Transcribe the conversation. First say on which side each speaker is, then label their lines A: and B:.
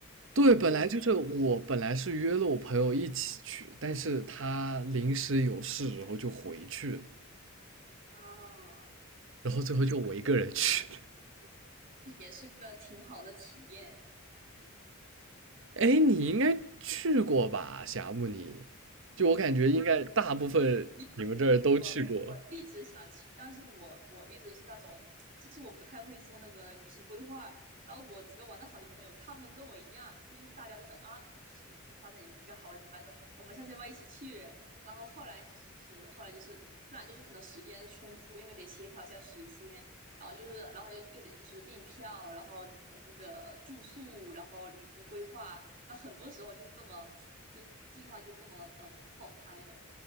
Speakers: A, on the right; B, on the right.
A: 对，本来就是我本来是约了我朋友一起去，
B: 就是
A: 但是他临时有事，然后就回去了，
B: 啊，
A: 然后最后就我一个人去。
B: 也是个挺好的体验。
A: 哎，你应该去过吧，霞木？尼？就我感觉，应该大部分你们这儿都去过，
B: 其实我我一直想去，但是我我一直是那种，<tsk> 其实我不太会做那个旅行规划。然后我几个玩的好的朋友，他们跟我一样，就是大家都是啊，我就是每次发在一个好玩的地方说我们下次要不要一起去。然后后来其实后来就是不然就是可能时间冲突，因为得协调一下时间，然后就是然后又又得就是订票，然后呃那个住宿，然后旅行规划，那很多时候就是这么就计划就这么呃泡汤了。